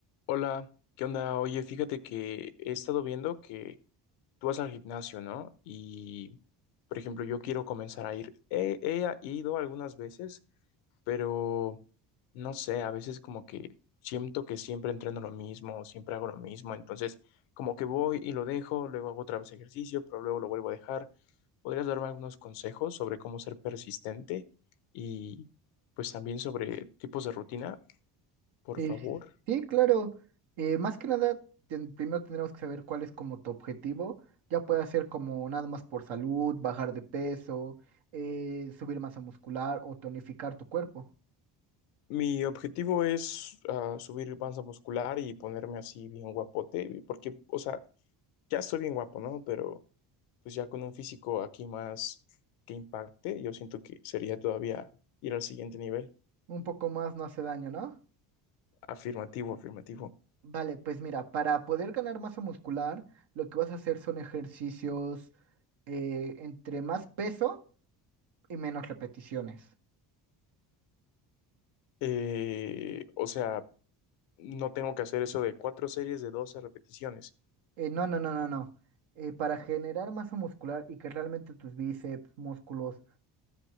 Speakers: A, on the left; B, on the right.
A: Hola, ¿qué onda? Oye, fíjate que he estado viendo que tú vas al gimnasio, ¿no? Y, por ejemplo, yo quiero comenzar a ir. He, he ido algunas veces, pero no sé, a veces como que siento que siempre entreno lo mismo, siempre hago lo mismo, entonces como que voy y lo dejo, luego hago otra vez ejercicio, pero luego lo vuelvo a dejar. ¿Podrías darme algunos consejos sobre cómo ser persistente y pues también sobre tipos de rutina, por
B: Eh,
A: favor?
B: sí, claro. Eh, más que nada, ten- primero tendremos que saber cuál es como tu objetivo. Ya puede ser como nada más por salud, bajar de peso, eh, subir masa muscular o tonificar tu cuerpo.
A: Mi objetivo es ah, subir panza muscular y ponerme así bien guapote, porque, o sea, ya estoy bien guapo, ¿no? Pero pues ya con un físico aquí más que impacte, yo siento que sería todavía ir al siguiente nivel.
B: Un poco más no hace daño, ¿no?
A: Afirmativo, afirmativo.
B: Vale, pues mira, para poder ganar masa muscular, lo que vas a hacer son ejercicios eh, entre más peso y menos repeticiones.
A: Eh, o sea, no tengo que hacer eso de cuatro series de 12 repeticiones.
B: Eh, no, no, no, no, no. Eh, para generar masa muscular y que realmente tus bíceps, músculos,